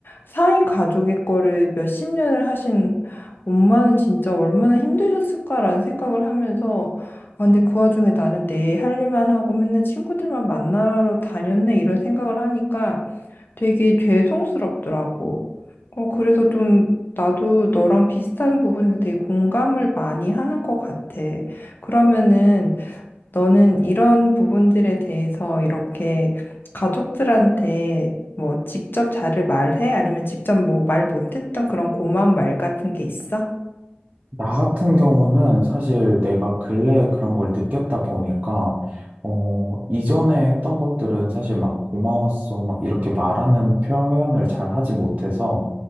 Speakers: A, on the left; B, on the right.
A: 4인 가족의 거를 몇 십 년을 하신 엄마는 진짜 얼마나 힘드셨을까라는 생각을 하면서 아, 근데 그 와중에 나는 내 할 일만 하고 맨날 친구들만 만나러 다녔네 이런 생각을 하니까 되게 죄송스럽더라고. 어, 그래서 좀 나도 너랑 비슷한 부분에 되게 공감을 많이 하는 것 같아. 그러면은 너는 이런 부분들에 대해서 이렇게 가족들한테 뭐 직접 잘을 말해? 아니면 직접 뭐 말 못했던 그런 고마운 말 같은 게 있어?
B: 나 같은 경우는 사실 내가 근래에 그런 걸 느꼈다 보니까, 어, 이전에 했던 것들은 사실 막 고마웠어, 막 이렇게 말하는 표현을 잘 하지 못해서